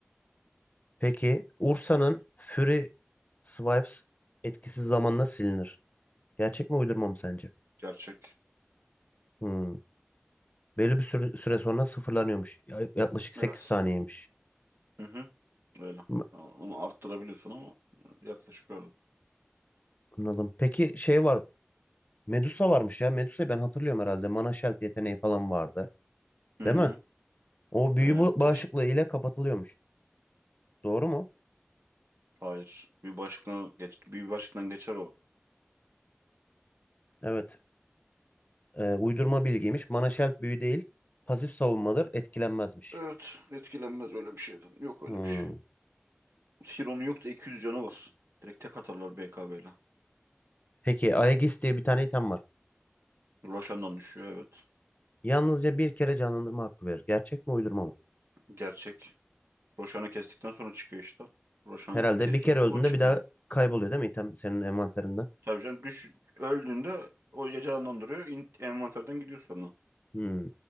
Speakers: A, on the left; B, on the right.
A: Peki Ursa'nın Fury Swipes etkisiz zamanla silinir. Gerçek mi uydurma mı sence?
B: Gerçek.
A: Hmm. Belli bir süre, süre sonra sıfırlanıyormuş. Ya- Yaklaşık sekiz
B: Evet.
A: saniyeymiş.
B: Hı hı, öyle.
A: M-
B: Ama Onu arttırabiliyorsun ama yaklaşık öyle.
A: Anladım. Peki şey var. Medusa varmış ya. Medusa'yı ben hatırlıyorum herhalde. Mana Sheld yeteneği falan vardı.
B: Hı,
A: Değil mi? O büyü
B: öyle.
A: bu-
B: Taş,
A: bağışıklığı ile kapatılıyormuş. Doğru mu?
B: hayır. Bir başkına geç, bir başkından geçer o.
A: Evet. Ee, uydurma bilgiymiş. Mana Sheld büyü değil. Pasif savunmadır. Etkilenmezmiş.
B: Evet, etkilenmez öyle bir şeyden. Yok öyle
A: Hmm.
B: bir şey. Hiro'nun yoksa 200 canı var. Direkt tek atarlar BKB ile.
A: Peki Aegis diye bir tane item var.
B: Roshan'dan düşüyor evet.
A: Yalnızca bir kere canlandırma hakkı verir. Gerçek mi uydurma mı?
B: Gerçek. Roshan'ı kestikten sonra çıkıyor işte. Roshan
A: Herhalde
B: kesiyorsun
A: bir kere öldüğünde
B: o çıkıyor.
A: bir daha kayboluyor değil mi item senin envanterinden?
B: Tabii canım düş, öldüğünde o ya canlandırıyor. in- envanterden gidiyor sonra.
A: Hmm.